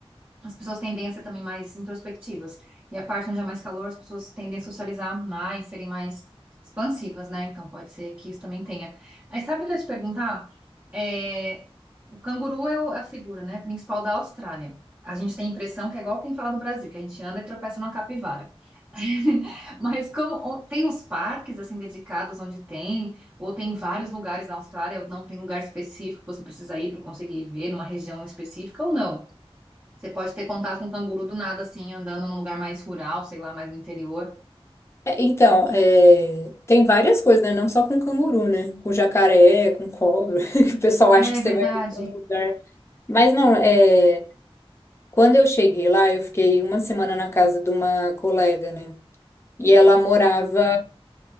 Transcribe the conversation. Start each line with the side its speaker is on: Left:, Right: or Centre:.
Right: as pessoas tendem a ser também mais introspectivas. E a parte onde é mais calor, as pessoas tendem a socializar mais, serem mais expansivas, né? Então pode ser que isso também tenha. Aí sabe o que eu ia te perguntar? É, o canguru é o- é a figura, né, principal da Austrália. A gente tem a impressão que é igual quem fala do Brasil, que a gente anda e tropeça numa capivara. <laughs> Mas como o- tem os parques assim dedicados onde tem, ou tem vários lugares na Austrália, ou não tem lugar específico que você precisa ir para conseguir ver numa região específica ou não? Você pode ter contato com um canguru do nada, assim, andando num lugar mais rural, sei lá, mais no interior.
Left: É, Então, é, tem várias coisas, né? Não só com canguru, né? Com jacaré, com cobra, <laughs> que o pessoal
Right: É
Left: acha que você
Right: verdade.
Left: vai ver em todo lugar. Mas não, é... quando eu cheguei lá, eu fiquei uma semana na casa de uma colega, né? E ela morava